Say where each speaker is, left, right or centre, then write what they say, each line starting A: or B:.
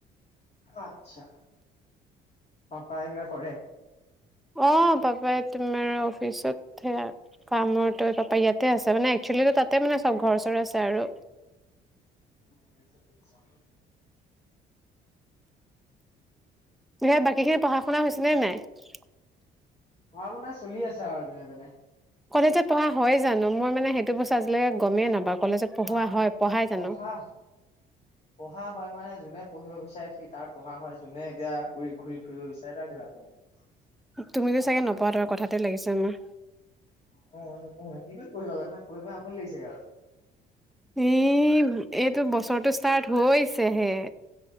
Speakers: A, on the left; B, in the centre.
A: আচ্ছা পাপাই কিবা কৰে
B: অ পাপাই তোমাৰ অফিচত সেয়া কাম পাপ ইয়াতে আছে মানে একচুৱেলি তাতে মানে চব ঘৰ চৰ আছে আৰু
A: <unintelligible>
B: সে বাকী খে <unintelligible> পঢ়া শুনা হৈছে নে নাই <unintelligible>
A: পঢ়া শুনা চলি আছে আও যেনে তেনে
B: কলেজত পঢ়া হয় জানো মই মানে সেইটো বস্তু আজিলৈকে গমে নাপাওঁ কলেজত পঢ়োৱা
A: হাহ
B: হয়, পঢ়াই জানো?
A: পঢ়া পঢ়া হয় মানে যোনে পঢ়িব বিচাৰে সি তাৰ পঢ়া হয় যোনে এতিয়া উৰি ঘূৰি ফুৰিব বিচাৰে <unintelligible>
B: তুমি চাগে নপ- পাদৰ কথাতে লাগিছে আমা
A: অ নপঢ়ে ইমান পঢ়িব <unintelligible> পঢ়ি পঢ়ি আমনি লাগিছে আৰু
B: ই এইটো বছৰটো ষ্টাৰ্ট হৈছেহে